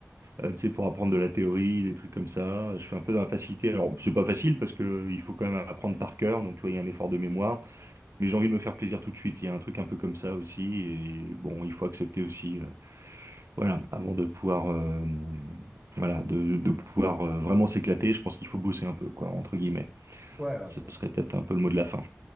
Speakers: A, on the right; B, in the centre.
A: euh, tu sais, pour apprendre de la théorie, des trucs comme ça. Je suis un peu dans la facilité. Alors, c'est pas facile parce que il faut quand même apprendre par cœur, donc tu vois, il y a un effort de mémoire. Mais j'ai envie de me faire plaisir tout de suite. Il y a un truc un peu comme ça aussi. Et bon, il faut accepter aussi, euh, voilà, avant de pouvoir, euh, voilà, de, de pouvoir euh, vraiment s'éclater. Je pense qu'il faut bosser un peu, quoi, entre guillemets.
B: Ouais, ouais, absolument.
A: Ce serait peut-être un peu le mot de la fin.